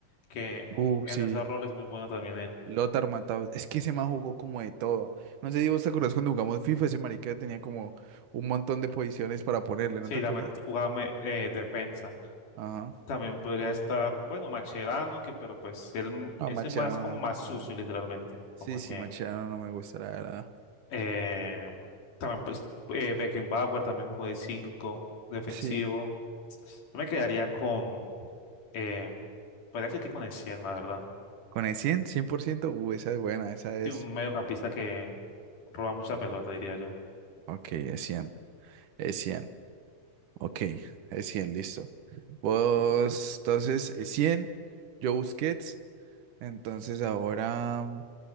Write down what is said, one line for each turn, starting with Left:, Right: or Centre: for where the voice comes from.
Left: que
Right: Uh,
Left: en
Right: sí.
Left: ese rol es muy bueno también él,
Right: Lothar Matthäus. Es que ese man jugó como de todo. No sé si vos te acordás cuando jugamos FIFA, ese marica tenía como un montón de posiciones para ponerle,
Left: sí,
Right: ¿no te
Left: también
Right: acordás?
Left: jugaba me- eh, defensa.
Right: Ajá.
Left: También podría estar, bueno, Macherano, que pero pues él m-
Right: Ah,
Left: es
Right: Macherano
Left: el más como
Right: no me
Left: más
Right: gusta,
Left: sucio
Right: la verdad.
Left: literalmente, como
Right: Sí,
Left: que
Right: sí, Macherano no me gusta, la verdad.
Left: eh, también pues eh, Beckenbauer también jugó de 5 defensivo.
Right: Sí.
Left: Yo me quedaría con eh, podría decir que con el 100 la verdad.
Right: Con el cien cien por ciento uh, esa es buena, esa es.
Left: Sí, un mediocampista que roba mucha pelota, diría yo.
Right: Ok, es cien es cien Ok, es 100 listo. Vos, entonces, es 100 yo Busquets. Entonces ahora,